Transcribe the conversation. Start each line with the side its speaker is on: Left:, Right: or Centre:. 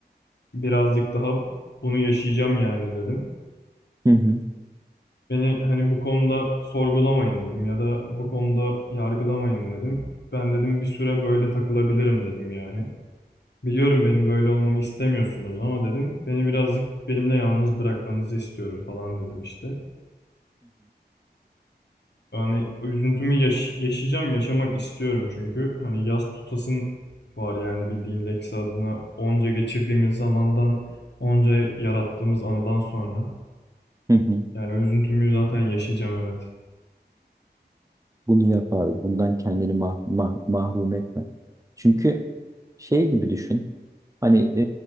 Left: Birazcık daha bunu yaşayacağım yani dedim.
Right: hı hı,
Left: Beni hani bu konuda sorgulamayın dedim ya da bu konuda yargılamayın dedim. Ben dedim bir süre böyle takılabilirim dedim yani. Biliyorum benim böyle olmamı istemiyorsunuz ama dedim beni birazcık benimle yalnız bırakmanızı istiyorum falan dedim işte. Yani o üzüntümü yaş- yaşayacağım, yaşamak istiyorum çünkü. Hani yaz tutasım var yani bildiğin Lex adına onca geçirdiğimiz zamandan, onca yarattığımız anıdan sonra.
Right: hı hı.
Left: Yani o üzüntümü zaten yaşayacağım evet.
Right: Bunu yap abi. Bundan kendini mah mah- mahrum etme. Çünkü şey gibi düşün. Hani